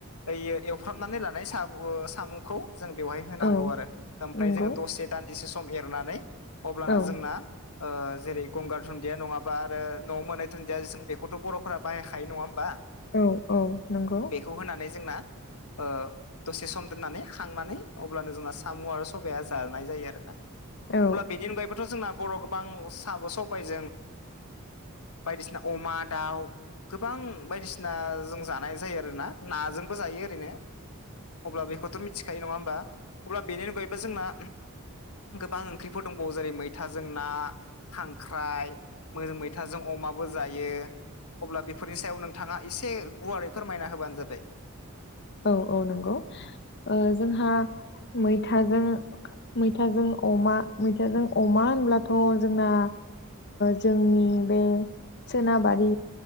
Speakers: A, on the left (about 85°); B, on the left (about 50°).
A: ओयो एवफ्रामनानै लानाय सु साम'खौ जों बेवहाय होनांगौ
B: औ औ
A: आरो ओमफ्राय
B: औ नंगौ
A: जोङो दसे दान्दिसे सम एरनानै अब्लाना
B: औ
A: जोंना जेरै गंगार दुनन्दिया नङाबा आरो न'आव मोनै दुनन्दिया जे बेखौथ' बर'फोरा बाहायखायो नङा होमबा
B: औ औ नंगौ
A: खौ होनानै जोंनाओ दसे सम दोननानै खांनानै अब्लानो जोंना साम' आरो सबाया जानाय जायो आरोोना
B: औ
A: अब्ला बेनि अनगायैबोथ' जोंना बर' गोबां साब' सबायजों बायदिसिना अमा दाउ गोबां बायदिसिना जों जानाय जायो आरोोना नाजोंबो जायो ओरैनो अब्ला बेखौथ' मिथिखायो नङा होमबा अब्ला बेनि अनगायैबो जोंना गोबां ओंख्रिफोर दंबावो जेरै मैथाजों ना खांख्राय मो मैथाजों अमाबो जायो अब्ला बेफोरनि सायाव नों थाङा एसे गुवारै फोरमायना होबानो जाबाय
B: औ औ नंगौ जोंहा मैथाजों मैथाजों अमा मैथाजों अमा होनब्लाथ' जोंना जोंनि बे सोनाबारि